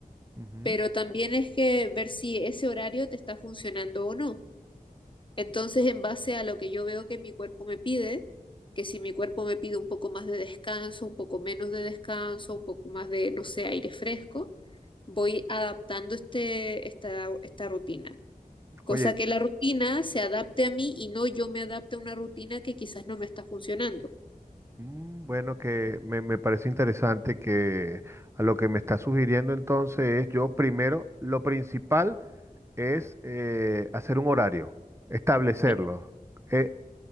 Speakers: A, on the right; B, on the left.
A: ujú.
B: pero también es que ver si ese horario te está funcionando o no. Entonces, en base a lo que yo veo que mi cuerpo me pide, que si mi cuerpo me pide un poco más de descanso, un poco menos de descanso, un poco más de, no sé, aire fresco, voy adaptando este, esta, esta rutina. Cosa
A: Oye,
B: que la rutina se adapte a mí y no yo me adapte a una rutina que quizás no me está funcionando.
A: Mm, Bueno, que me, me parece interesante que a lo que me está sugiriendo entonces es yo primero, lo principal es eh, hacer un horario, establecerlo.
B: Cla-
A: Eh,